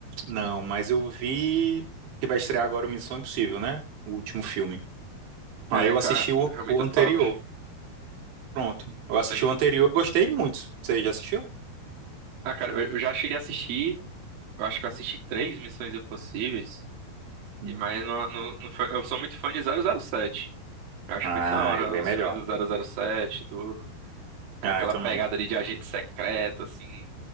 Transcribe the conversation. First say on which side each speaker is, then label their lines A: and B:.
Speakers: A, on the right (about 90°); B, on the right (about 60°).
A: não, mas eu vi que vai estrear agora o Missão Impossível, né? O último filme. Aí
B: É,
A: eu
B: cara,
A: assisti o
B: é muito
A: o anterior.
B: top.
A: Pronto. Eu
B: Isso
A: assisti
B: aí.
A: o anterior, gostei muito. Você já assistiu?
B: Ah, cara, eu, eu já cheguei a assistir, eu acho que eu assisti três Missões Impossíveis,
A: Hum.
B: e mas não, não, não foi- eu sou muito fã de 007. Eu acho
A: Ah,
B: muito da hora
A: é bem
B: os
A: melhor.
B: filmes do 007 e tudo. Aquela
A: Ah, eu também.
B: pegada ali de agente secreto, assim,